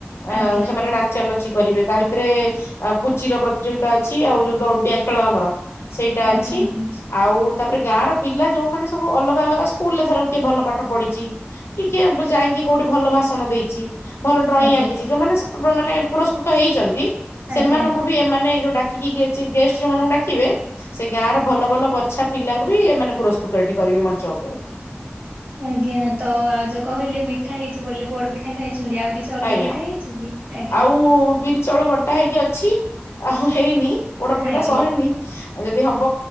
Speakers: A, on the right; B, on the left.
A: ଆଜ୍ଞା
B: ଅଂ ସେମାନେ ନା ନଚା ନଚି କରିବେ ତା ଭିତରେ ପୁଚିର ପ୍ରତିଯୋଗିତା ଅଛି। ଆଉ ଯୋଉ ଦଉଡିଣ୍ଡିଆ ଖେଳ ହେବ। ସେଇଟା
A: ଆଜ୍ଞା
B: ଅଛି।
A: ଆଜ୍ଞା
B: ଆଉ ତାପରେ ଗାଁ ର ପିଲା ଯୋଉମାନେ ସବୁ ଅଲଗା ଅଲଗା ସ୍କୁଲ ରେ ଧର କିଏ ଭଲ ପାଠ ପଢିଛି। କି କିଏ ଯାଇକି କୋଉଠି ଭଲ ଭାଷଣ ଦେଇଛି। ଭଲ ଡ୍ରଇଂ
A: ଆଜ୍ଞା
B: ଆଙ୍କିଛି ଯୋଉମାନେ ମାନେ ପୁରସ୍କୃତ ହେଇଛନ୍ତି।
A: ଆଜ୍ଞା।
B: ସେମାନଙ୍କୁ କି ଏମାନେ ଯୋଉ ଡାକିକି କି ଯୋଉ ଗେ ଜେ ଗେଷ୍ଟ ମାନଙ୍କୁ ଡାକିବେ ସେ ଗାଁର ଭଲ ଭଲ ବଛା ପିଲାଙ୍କୁ ବି ଏମାନେ ପୁରସ୍କୃତ ଏଠି କରିବେ। ମଞ୍ଚ ଉପରେ
A: ଆଜ୍ଞା! ତ ଆଉ ଯୋଉ କହିଲେ ପିଠା ହେଇଛି ବୋଲି ପୋଡ଼ ପିଠା ପିଠା ଖାଇଛନ୍ତି। ଆଉ କିଛି ଅଲଗା
B: ଆଜ୍ଞା।
A: ପିଠା ହେଇଛି କି? ଆଜ୍ଞା!
B: ଆଉ ବିରି ଚାଉଳ ବଟା ହେଇକି ଅଛି। ଆଉ ହେଇନି ପୋଡ଼ ପିଠା
A: ଆଜ୍ଞା
B: ଟା ସରିନି ଆଉ ଯଦି ହବ